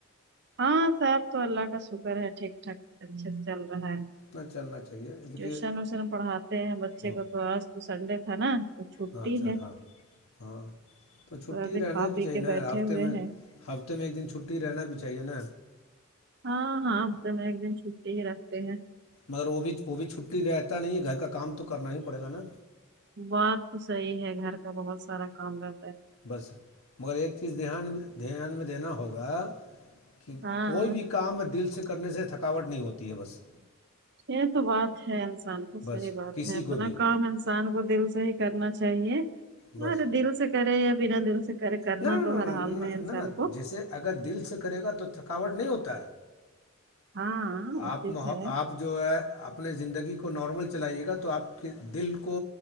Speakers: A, on the right; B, on the left.
A: ہاں صاب تو اللہ کا شکر ہے ٹھیک ٹھاک اچھے سے چل رہا ہے
B: اتنا چلنا چاہیے لیکن
A: ٹیوشن ویوشن پڑھاتے ہیں بچے
B: ہاں
A: کو تو آج تو سنڈے تھا نا تو چھٹی
B: ہاں چل
A: ہے
B: ہاں ہاں تو چھٹی
A: ابھی
B: رہنا
A: کھا
B: بھی
A: پی
B: چاہیے
A: کے
B: نہ
A: بیٹھے
B: ہے ہفتے
A: ہوئے
B: میں
A: ہیں
B: ہفتے میں ایک دن چھٹی رہنا بھی چاہیے نا
A: ہاں ہاں اب تو میں ایک دن چھٹی ہی رکھتے ہیں
B: مگر وہ بھی وہ بھی چھٹی رہتا نہیں ہے گھر کا کام تو کرنا ہی پڑے گا نا
A: بات تو صحیح ہے گھر کا بہت سارا کام رہ
B: بس مگر ایک چیز دھیان دھیان میں دینا ہوگا کہ
A: ہاں
B: کوئی بھی کام دل سے کرنے سے تھکاوٹ نہیں ہوتی ہے بس
A: یہ تو بات ہے انسان کو صحیح
B: بس
A: بات
B: کسی
A: ہے اپنا
B: کو بھی
A: کام انسان انسان کو دل سے ہی کرنا چاہیے
B: بس
A: مرے دل سے کرے یا بنا دل سے کرے کرنا
B: نہ
A: تو ہر حال میں ہے انسان
B: نہ نہ
A: کو
B: جیسے اگر دل سے کرے گا تو تھکاوٹ نہیں ہوتا ہے
A: ہاں اچت
B: آپ م آپ
A: ہے
B: آ جو ہے اپنے زندگی کو نارمل چلائیے گا تو آپ کے دل کو